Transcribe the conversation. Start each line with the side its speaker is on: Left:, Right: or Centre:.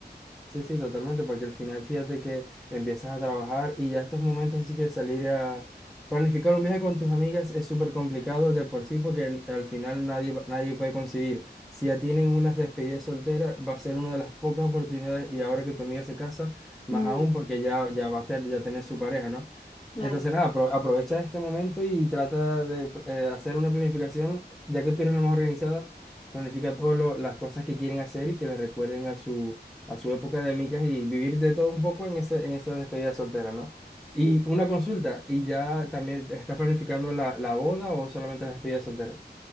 Centre: Sí, sí, totalmente, porque al final fíjate que empiezas a trabajar y ya estos momentos así que salir a planificar un viaje con tus amigas es súper complicado de por sí porque en- al final nadie, va- nadie puede coincidir. Si ya tienen unas despedidas solteras, va a ser una de las pocas oportunidades y ahora que tu amiga se casa, más
Left: Mm,
Centre: aún porque ya, ya va a tener, ya tener su pareja, ¿no?
Left: claro,
Centre: Entonces nada, apro- aprovecha este momento y trata de eh, hacer una planificación, ya que tú eres la más organizada, planifica todas las cosas que quieren hacer y que les recuerden a su a su época de micas y vivir de todo un poco en ese, en esa despedida soltera, ¿no? Y
Left: sí.
Centre: una consulta, ¿y ya también estás planificando la, la boda o solamente la despedida soltera?